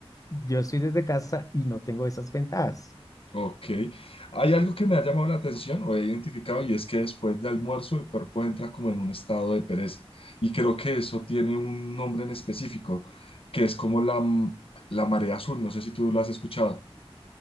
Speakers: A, on the left (about 35°); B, on the left (about 60°).
A: yo estoy desde casa y no tengo esas ventajas.
B: Ok. Hay algo que me ha llamado la atención o he identificado y es que después de almuerzo el cuerpo entra como en un estado de pereza. Y creo que eso tiene un nombre en específico, que es como la, m- la marea azul. No sé si tú lo has escuchado